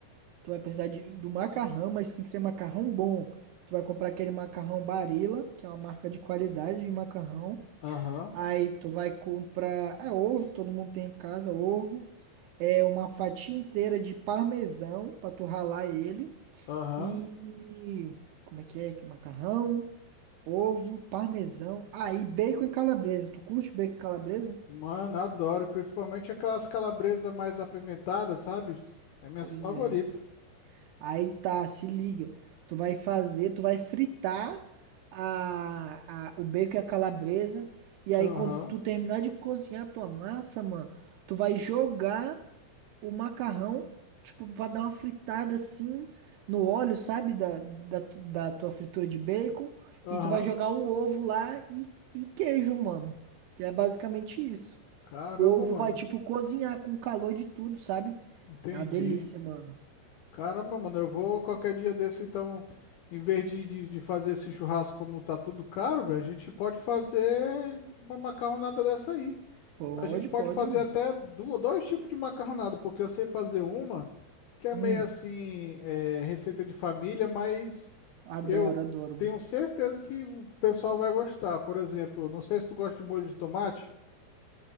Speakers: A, on the right; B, on the left.
A: Tu vai precisar de, do macarrão, mas tem que ser macarrão bom. Tu vai comprar aquele macarrão Barilla, que é uma marca de qualidade de macarrão.
B: Aham,
A: Aí tu vai comprar, é ovo, todo mundo tem em casa, ovo. É uma fatia inteira de parmesão pra tu ralar ele.
B: aham.
A: E como é que é? Macarrão, ovo, parmesão. Aí bacon e calabresa. Tu curte bacon e calabresa?
B: Mano, adoro, principalmente aquelas calabresas mais apimentadas, sabe? É minhas
A: Pois
B: favoritas.
A: é. Aí tá, se liga. Tu vai fazer, tu vai fritar a, a- o bacon e a calabresa. E aí,
B: Aham,
A: quando tu terminar de cozinhar a tua massa, mano, tu vai jogar o macarrão, tipo, pra dar uma fritada assim no óleo, sabe? Da, da, da tua fritura de bacon.
B: aham.
A: E tu vai jogar um ovo lá e, e queijo, mano. Que É basicamente isso.
B: Caramba,
A: O ovo
B: mano.
A: vai, tipo, cozinhar com o calor de tudo, sabe?
B: Entendi.
A: É uma delícia, mano.
B: Caramba, mano, eu vou qualquer dia desse, então, em vez de, de, de fazer esse churrasco como tá tudo caro, velho, a gente pode fazer uma macarronada dessa aí.
A: Pode,
B: A gente pode
A: pode,
B: fazer
A: mano.
B: até du- dois tipos de macarronada, porque eu sei fazer uma que é
A: Hum.
B: meio assim, é, receita de família, mas
A: Adoro,
B: eu
A: adoro,
B: tenho
A: mano.
B: certeza que o pessoal vai gostar. Por exemplo, não sei se tu gosta de molho de tomate.